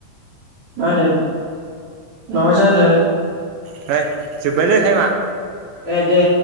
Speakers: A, on the right (about 65°); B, on the right (about 80°).
A: मा होनो माबा जानो।
B: फ्राय जोब्बायलै टाइमआ।
A: ए दे।